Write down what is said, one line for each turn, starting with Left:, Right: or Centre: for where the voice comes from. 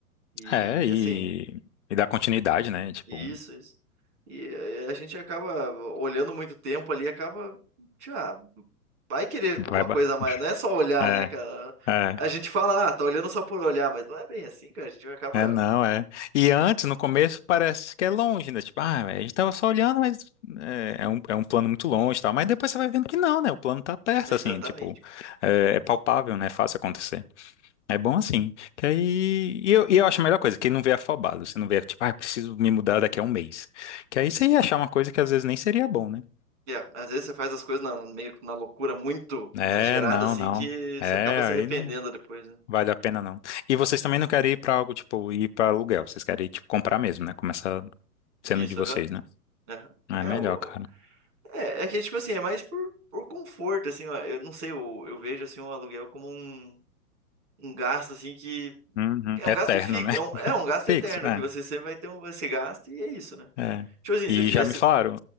Right: E
Left: É, e,
Right: assim,
Left: e dar continuidade, né? Tipo,
Right: Isso, isso. E eh, a gente acaba olhando muito tempo ali, acaba já vai querer
Left: vai,
Right: uma
Left: ba-
Right: coisa a mais, não é só olhar,
Left: é,
Right: né, cara?
Left: é.
Right: A gente fala, ah, tá olhando só por olhar, mas não é bem assim, cara. A gente acaba.
Left: É, não, é. E antes, no começo, parece que é longe, né? Tipo, ah, a gente tava só olhando, mas é, é um, é um plano muito longe e tal. Mas depois você vai vendo que não, né? O plano tá perto,
Right: Exatamente.
Left: assim, tipo, é, é palpável, né? É fácil acontecer. É bom assim. Que aí. E eu, e eu acho a melhor coisa, que não vê afobado. Você não vê, tipo, ah, preciso me mudar daqui a um mês. Que aí você ia achar uma coisa que às vezes nem seria bom, né?
Right: É, às vezes você faz as coisas na- meio que na loucura muito
Left: É,
Right: exagerada,
Left: não,
Right: assim,
Left: não.
Right: que
Left: É,
Right: você acaba se
Left: aí
Right: arrependendo
Left: não
Right: depois, né?
Left: vale a pena, não. E vocês também não querem ir pra algo, tipo, ir pra aluguel. Vocês querem, tipo, comprar mesmo, né? Começar sendo
Right: Isso,
Left: de vocês,
Right: aham.
Left: né?
Right: aham.
Left: Ah,
Right: É,
Left: É melhor,
Right: o...
Left: cara.
Right: é, é que, tipo assim, é mais por, por conforto, assim, ó. eu não sei, eu, eu vejo, assim, o aluguel como um, um gasto, assim, que
Left: Uhum.
Right: É
Left: Eterno,
Right: um gasto fixo,
Left: né?
Right: é um,
Left: <laughs>
Right: é um gasto
Left: Fixo,
Right: eterno
Left: é.
Right: que você sempre vai ter um, esse gasto e é isso, né?
Left: É.
Right: Tipo assim,
Left: E
Right: se eu tivesse,
Left: já me falaram.